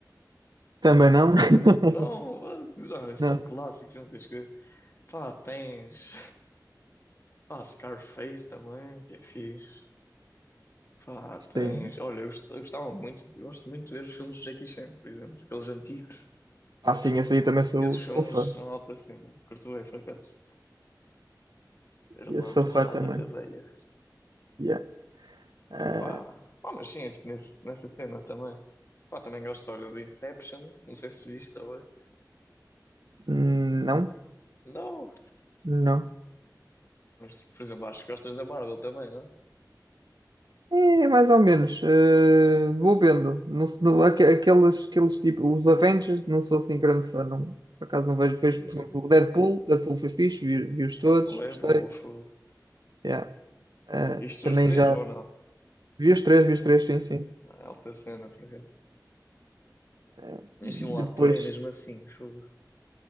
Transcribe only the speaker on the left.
Não, ah, ah, são
clássicos, não tens que ver. Pá, tens. Pá, Scarface também, que é fixe. Pá,
tens. Olha, eu gost- eu gostava muito, eu gosto muito de ver os filmes de Jackie Chan, por exemplo, aqueles antigos,
Kung
Fu.
Esses filmes
são alta cena, curto bem, por acaso. Era
uma
porrada
de abelha.
Pá, pá, mas sim, é tipo nesse, nessa cena também. Pá, também gosto, olha, do Inception, não sei se viste agora.
Não,
mas por exemplo, acho que gostas da Marvel também, não?
A sério?
Ah,
Deadpool é
bom, fogo.
Isto
os três
ou não?
Ah, alta cena, por acaso.
Mas
sim, o ator é mesmo assim. fogo.